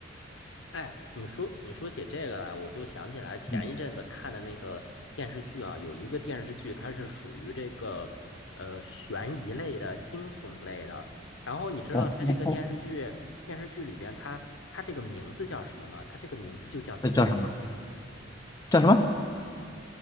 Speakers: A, on the left; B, on the left.
A: 哎，你说你说起这个来，我就想起来前一阵子看的那个电视剧啊，
B: 嗯，
A: 有一个电视剧，它是属于这个呃悬疑类的、惊悚类的。然后你知道它这个电视剧电视剧里边它它这个名字叫什么吗？
B: 哦，
A: 它这个名字就叫《底》。
B: 那叫什么？叫什么